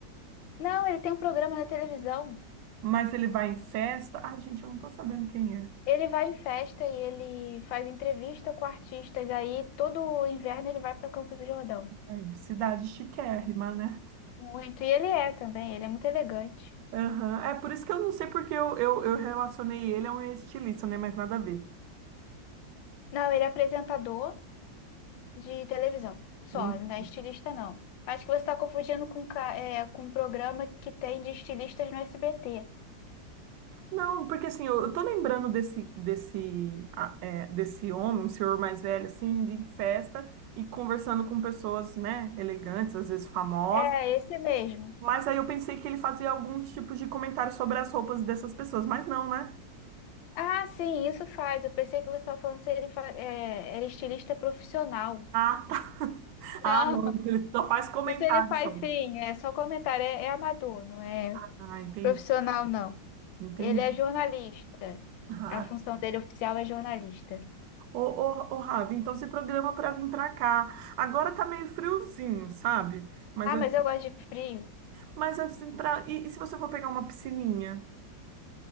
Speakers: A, on the left; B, on the right.
A: Não, ele tem um programa na televisão.
B: mas ele vai em festa. Ai, gente, eu não tô sabendo quem é.
A: Ele vai em festa e ele faz entrevista com artistas. Aí todo inverno ele vai para Campos do Jordão.
B: É, Cidade chiquérrima, né?
A: Muito. E ele é também, ele é muito elegante.
B: Aham. É por isso que eu não sei porque eu, eu, eu relacionei ele a um estilista, né? Mas nada a ver.
A: Não, ele é apresentador de televisão. Só,
B: Hum.
A: ele não é estilista, não. Acho que você está confundindo com, ca- é, com um programa que tem de estilistas no SBT.
B: Não, porque assim, eu, eu tô lembrando desse, desse, ah, é, desse homem, um senhor mais velho, assim, de festa e conversando com pessoas, né, elegantes, às vezes famosas.
A: É, esse mesmo.
B: Mas aí eu pensei que ele fazia alguns tipos de comentários sobre as roupas dessas pessoas, mas não, né?
A: Ah, sim, isso faz. Eu pensei que você estava falando se ele fa- é, era estilista profissional.
B: Ah, tá. <laughs> Ah,
A: Não,
B: não,
A: <laughs>
B: ele só faz comentários
A: isso ele faz
B: só.
A: sim. É só comentário. É, é amador, não é
B: Ah, entendi,
A: profissional, não.
B: entendi.
A: Ele é jornalista.
B: Ah,
A: A função dele oficial é jornalista.
B: ô, ô, ô, Ravi, então se programa é pra vir pra cá. Agora tá meio friozinho, sabe? Mas
A: Ah,
B: eu,
A: mas eu gosto de frio.
B: mas assim, pra, e e se você for pegar uma piscininha?